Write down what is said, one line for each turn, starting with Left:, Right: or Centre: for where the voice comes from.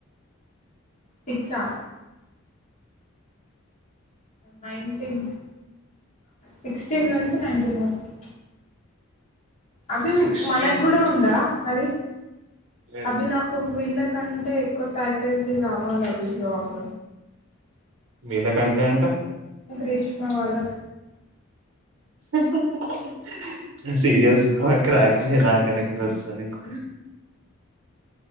Left: సిక్షా నైంటిన్ సిక్స్టీన్ నుంచి నైన్టీన్ వరకి అభి
Right: సిక్స్టీన్
Left: మనకు గూడా ఉందా అది
Right: లేదు
Left: అభి నాకు వీళ్ళక్ కంటే ఎక్కువ ప్యాకేజ్ది కావాలి అభి జాబ్
Right: మీళ్ళ కంటే అంటే
Left: గ్రీష్మ వాళ్ళ
Right: <inaudible> సీరియస్ క్రాక్ చెయడానికన్న ఎక్కువే వస్తది నీక్